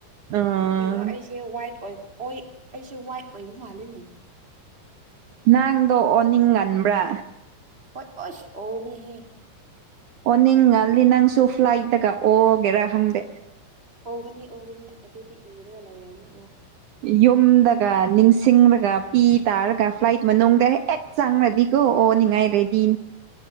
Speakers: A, on the right; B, on the right.
A: ꯑꯥ
B: ꯀꯔꯥ ꯑꯩꯁꯦ ꯋꯥꯏꯠ ꯑꯩꯁꯦ ꯋꯥꯏꯠ ꯑꯣꯏꯕ ꯃꯥꯜꯂꯤꯅꯦ
A: ꯅꯪꯗꯣ ꯑꯣꯅꯤꯡꯒꯟꯕ꯭ꯔꯥ
B: ꯍꯣꯏ ꯑꯣꯁ ꯑꯣꯕꯅꯤꯍꯦ
A: ꯑꯣ ꯅꯤꯡ ꯑꯜꯂꯤ ꯅꯪꯁꯨ ꯐ꯭ꯂꯥꯏꯠꯇꯒ ꯑꯣꯒꯦꯔꯥ ꯍꯪꯗꯦ
B: ꯑꯣꯒꯅꯤ ꯑꯣꯒꯅꯤ ꯑꯗꯣꯗꯤ ꯌꯦꯔꯒꯥꯏꯔ ꯑꯃꯅꯤ
A: ꯌꯨꯝꯗꯒ ꯅꯤꯡꯁꯤꯡꯂꯒ ꯄꯤ ꯇꯥꯔꯒ ꯐ꯭ꯂꯥꯏꯠ ꯃꯅꯨꯡ ꯑꯦꯛ ꯆꯥꯡ ꯔꯦꯗꯤꯒꯣ ꯑꯣ ꯅꯤꯡꯉꯥꯏ ꯔꯦꯗꯤ